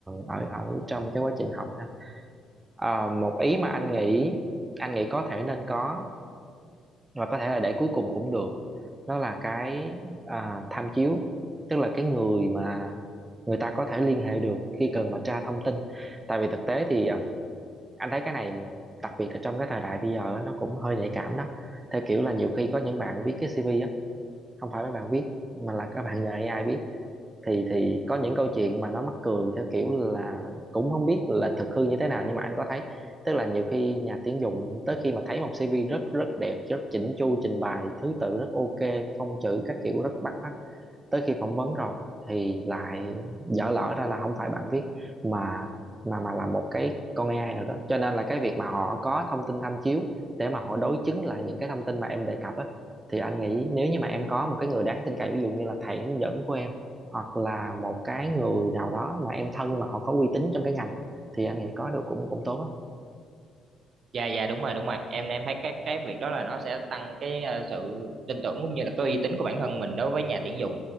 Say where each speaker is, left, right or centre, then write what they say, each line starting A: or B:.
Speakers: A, on the right; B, on the right.
A: ở ở trong cái quá trình học ha Ờ, một ý mà anh nghĩ anh nghĩ có thể nên có và có thể là để cuối cùng cũng được đó là cái à, tham chiếu tức là cái người mà người ta có thể liên hệ được khi cần mà tra thông tin tại vì thực tế thì à, anh thấy cái này đặc biệt là trong cái thời đại bây giờ á, nó cũng hơi nhạy cảm đó theo kiểu là nhiều khi có những bạn viết cái CV á không phải mấy bạn viết mà là các bạn nhờ AI viết thì thì có những câu chuyện mà nó mắc cười theo kiểu là cũng không biết là thực hư như thế nào nhưng mà anh có thấy tức là nhiều khi nhà tuyển dụng tới khi mà thấy một CV rất rất đẹp rất chỉnh chu trình bày thứ tự rất ok phông chữ các kiểu rất bắt mắt tới khi phỏng vấn rồi thì lại dở lỡ ra là không phải bạn viết mà mà mà là một cái con AI nào đó cho nên là cái việc mà họ có thông tin tham chiếu để mà họ đối chứng lại những cái thông tin mà em đề cập á thì anh nghĩ nếu như mà em có một cái người đáng tin cậy ví dụ như là thầy hướng dẫn của em hoặc là một cái người nào đó mà em thân mà họ có uy tín trong cái ngành thì anh nghĩ có được cũng cũng tốt á
B: dạ dạ đúng rồi đúng rồi em em thấy cái cái việc đó là nó sẽ tăng cái ờ, sự tin tưởng cũng như là cái uy tín của bản thân mình đối với nhà tuyển dụng